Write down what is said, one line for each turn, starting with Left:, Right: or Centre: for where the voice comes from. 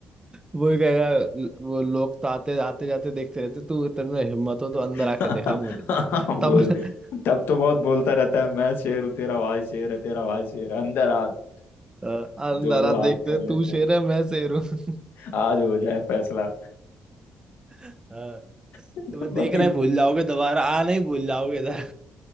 Right: वो ही कहेगा ल- वो लोग तो आते आते जाते देखते रहते तू इतने में हिम्मत हो तो
Left: <laughs>
Right: अंदर आके देखा मुझे
Left: बोल
Right: तब <laughs>
Left: तब तो बहुत बोलता रहता है मैं शेर हूँ तेरा भाई शेर है तेरा भाई शेर है अंदर आ <laughs>
Right: अ, अंदर
Left: दो
Right: आ
Left: दो हाथ
Right: देखते
Left: कर लेते
Right: तू
Left: हैं
Right: शेर है मैं शेर हूँ
Left: आज हो जाए फैसला
Right: हाँ,
Left: <laughs>
Right: तुम्हें
Left: भाई
Right: देखना ही भूल जाओगे दोबारा आना ही भूल जाओगे इधर